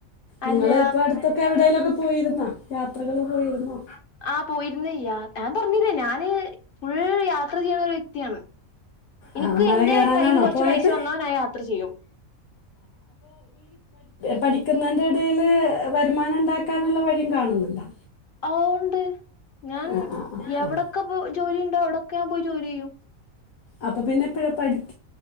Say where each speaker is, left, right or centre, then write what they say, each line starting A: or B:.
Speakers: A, on the left; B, on the left.
A: അല്ല
B: നിങ്ങള് ഇപ്പ അടുത്തൊക്കെ എവടേലൊക്കെ പോയിര്ന്നോ ത്രകള് പോയിര്ന്നു.
A: ആഹ് പോയിര്ന്ന്. ഞാൻ പർഞ്ഞീലെ ഞാന് ഫുൾ യാത്ര ചെയ്യണ ഒരുവ്യക്തി <unintelligible> ണ്. എനിക്ക്,
B: ആ മല
A: എന്റെ
B: കയറാനാണോ
A: കയ്യിയില് കുറച്ച്
B: പോയത്
A: പൈസ വന്നാൻ, ഞാൻ യാത്ര ചെയ്യും.
B: പഠിക്കുന്നേൻന്റെ എടേല്, വരുമാനം ഉണ്ടാക്കാനുള്ള വഴിയും കാണുന്നുണ്ടോ?
A: ഒ ഒണ്ട് ഞാൻ
B: ആ ആ ആ ആ
A: എവിടൊക്കെ പോ ജോലി ഉണ്ടോ എവിടൊക്കെ ഞാൻ പോയി ജോലി ചെയ്യും
B: അപ്പൊ പിന്നെപ്പോഴ പഠിക്ക